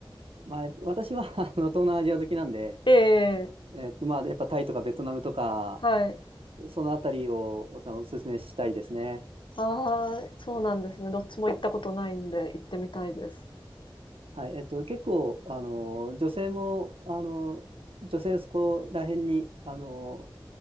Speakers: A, on the right; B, on the left.
A: まあ、私は <laughs> あの東南アジア好きなんで、
B: ええ、
A: えっと、まあ、やっぱタイとかベトナムとか、
B: はい。
A: そのあたりをおお勧めしたいですね。
B: ああ、そうなんですね。どっちも行ったことないんで行ってみたいです。
A: はい、えっと、結構、あの、女性も、あの、女性そこら辺に、あの、